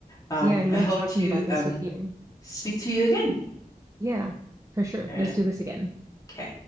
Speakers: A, on the left; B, on the right.
A: Um,
B: Yeah, I love
A: I hope
B: talking
A: to
B: about this
A: um
B: with you.
A: speak to you again.
B: Yeah, for sure.
A: Uh,
B: Let's do this again.
A: Okay.